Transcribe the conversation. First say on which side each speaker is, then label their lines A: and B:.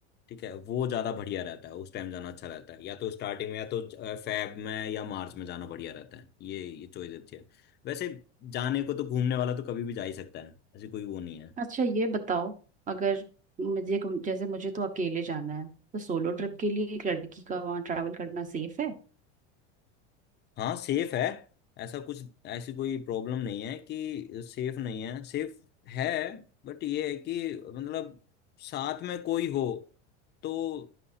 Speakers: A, on the left (about 30°); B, on the right (about 20°).
A: ठीक है वो ज़्यादा बढ़िया रहता है उस टाइम जाना अच्छा रहता है या तो स्टार्टिंग में या तो फेब में या मार्च में जाना बढ़िया रहता है ये ये चॉइस अच्छी है वैसे जाने को तो घूमने वाला तो कभी भी जा ही सकता है ऐसी कोई वो नहीं
B: अच्छा ये बताओ अगर मुझे जैसे मुझे तो अकेले जाना है तो सोलो ट्रिप के लिए एक लड़की का वहाँ ट्रैवल करना सेफ है
A: हाँ सेफ है ऐसा कुछ ऐसी कोई प्रॉब्लम नहीं है कि सेफ नहीं है सेफ है बट ये है कि मतलब साथ में कोई हो तो